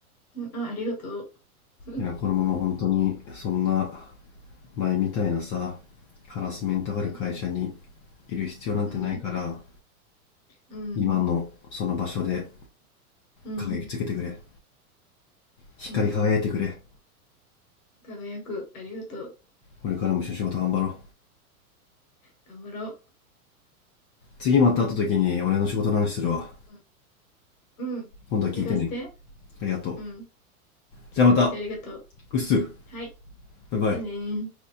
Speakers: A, on the left (about 65°); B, on the left (about 35°).
A: うんあ、ありがとう。うん。
B: いやこのまま本当にそんな前みたいなさハラスメントがある会社に
A: うん。
B: いる必要なんてないから
A: うん。うん。
B: 今のその場所で
A: うん。
B: 輝きつけてくれ光り輝いてくれ
A: うん。輝く。ありがとう。
B: これからも一緒に仕事頑張ろう
A: 頑張ろ
B: 次また会った時に俺の仕事の話するわ
A: う。うん。うん。
B: 今度は聞いてね
A: 怪して。
B: ありがと
A: うん。聞いてくれてありがとう。
B: うじゃあまたうっす
A: はい。
B: バイバイ
A: じゃあねー。